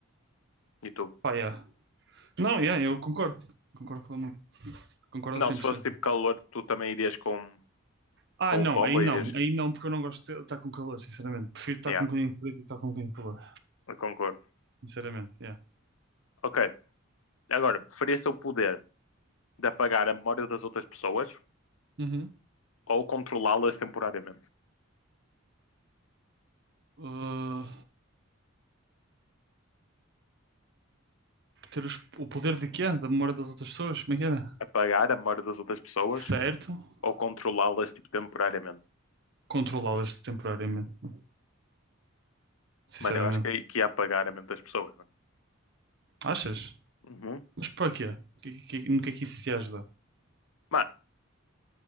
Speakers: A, on the left (about 80°); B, on the right (about 55°).
A: E tu?
B: Pá, yeah. Não, yeah, eu concordo. Concordo com Concordo
A: Não,
B: a cem
A: se
B: por
A: fosse
B: cento
A: tipo calor, tu também irias com,
B: Ah,
A: com
B: não,
A: o fome
B: aí
A: ou
B: não,
A: irias...
B: aí não, porque eu não gosto de estar com calor, sinceramente. Prefiro estar
A: Ya,
B: com um bocadinho de frio do que estar com um bocadinho de calor,
A: eu concordo.
B: sinceramente, yeah.
A: Ok, Agora, preferia se o poder de apagar a memória das outras pessoas
B: Uhum.
A: ou controlá-las temporariamente?
B: Uh, ter os- o poder de quê? Da memória das outras pessoas? Como é que era?
A: Apagar a memória das outras pessoas
B: Certo.
A: ou controlá-las tipo, temporariamente?
B: Controlá-las temporariamente, né? sinceramente.
A: Mano, eu acho que, que ia apagar a mente das pessoas, mano.
B: Achas?
A: Uhum.
B: Mas para quê? que- que- No que é que isso te ajuda?
A: Mano,